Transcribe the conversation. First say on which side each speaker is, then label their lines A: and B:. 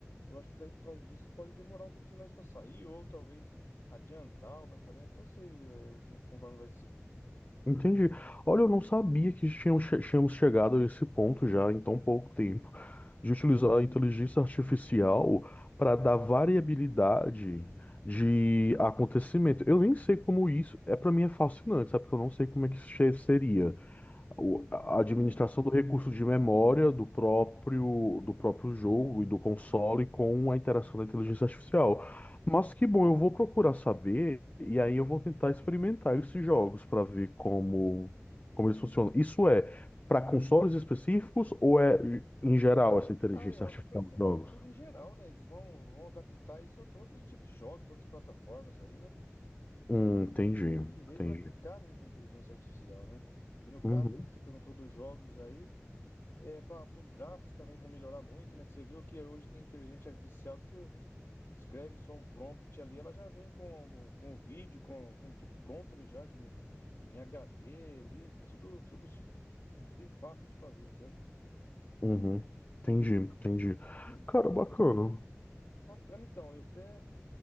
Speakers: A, on the left; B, on the left.
A: Eu acho que daí por causa disso pode demorar um pouquinho mais para sair, ou talvez adiantar o lançamento, não sei, eh, como- é, conforme vai ser.
B: Entendi. Olha, eu não sabia que tínhamos, che- tínhamos chegado a esse ponto já em tão pouco tempo, de utilizar
A: Sim,
B: a inteligência artificial para dar variabilidade de acontecimento. Eu nem sei como isso, é para mim é fascinante, sabe? Porque eu não sei como é que isso che- seria. o- a administração
A: sim.
B: do recurso de memória do próprio, do próprio jogo e do console com a interação da inteligência artificial. Mas que bom, eu vou procurar saber e aí eu vou tentar experimentar esses jogos para ver como, como eles funcionam. Isso é para consoles específicos ou é em geral essa inteligência
A: Ah, eu
B: artificial
A: acho que vai ser
B: nos jogos?
A: pra tudo em geral, né? Eles vão, vão adaptar isso a todos os tipos de jogos, todas as plataformas aí, né?
B: Hum, entendi,
A: Que veio
B: entendi.
A: pra ficar mesmo a inteligência artificial, né? E no caso
B: Uhum,
A: também que você perguntou dos jogos aí, é, para os gráficos também vão melhorar muito, né? Que você viu que hoje tem inteligência artificial que você escreve só um prompt ali, ela já vem com, com o vídeo, com, com tudo pronto ali já, em, em HD ali, tudo, tudo bem fácil de fazer, sabe?
B: uhum. Entendi, entendi.
A: E
B: Cara, bacana.
A: bacana então, eu até.